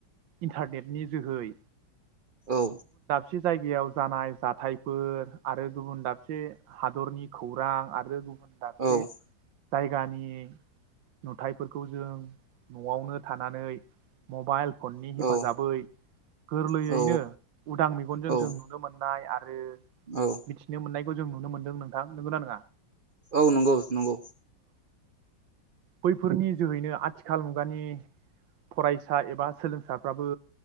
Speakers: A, on the right (about 80°); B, on the right (about 70°).
A: इन्टारनेटनि जोहै
B: औ।
A: से जायगायाव जानाय जाथायफोर आरो गुबुन दाबसे हादरनि खौरां आ रो दाबसे
B: औ
A: जायगानि नुथायफोरखौ जों नआवनो थानानै मबाइल फननि
B: औ
A: हेफाजाबै गोरलैयैनो
B: औ
A: उदां मेगनजों
B: औ
A: जों नुनो मोननाय आरो
B: औ
A: मिथिनो मोननायबो जों नुनो मोन्दों नोंथां नोंगोना नोङा?
B: औ नंगौ नंगौ।
A: बैफोरनि जोहैनो आथिखाल मुगानि फरायसा एबा सोलोंसाफ्राबो